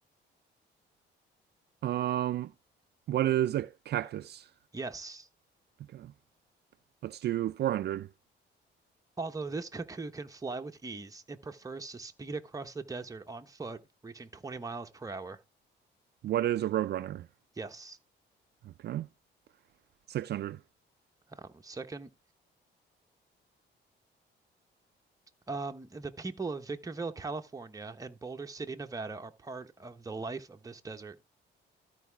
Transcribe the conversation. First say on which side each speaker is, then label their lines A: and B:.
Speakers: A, on the right; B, on the right.
A: Um, what is a cactus?
B: Yes.
A: Okay. Let's do 400.
B: Although this cuckoo can fly with ease, it prefers to speed across the desert on foot, reaching 20 miles per hour.
A: What is a roadrunner?
B: Yes.
A: Okay. 600.
B: Um, second, um, the people of Victorville, California, and Boulder City, Nevada, are part of the life of this desert.